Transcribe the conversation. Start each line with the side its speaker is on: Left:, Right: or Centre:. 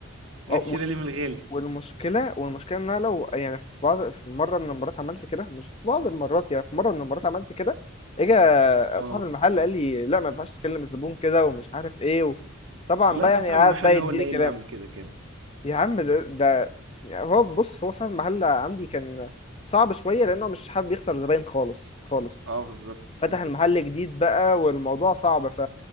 Right: جاي
Left: أه،
Right: تشتريها
Left: و-
Right: لي من الغالي
Left: والمشكله والمشكله ان انا لو يعني في بعض في مره من المرات عملت كده مش في بعض المرات يعني في مره من المرات عملت كده اجى
Right: اه
Left: صاحب المحل قال لي لا ما ينفعش تكلم الزبون كده ومش عارف ايه و... طبعا
Right: لا
Left: بقى
Right: انا
Left: يعني
Right: صاحب
Left: قعد
Right: المحل
Left: بقى يديني
Right: هو اللي ايه
Left: كلام
Right: اللي عامل كده كان
Left: يا عم ده, ده يعني هو بص هو صاحب المحل عندي كان صعب شويه لانه مش حابب يخسر زباين خالص خالص
Right: اه بالظبط
Left: فتح
Right: بالظبط
Left: المحل جديد بقى والموضوع صعب ف...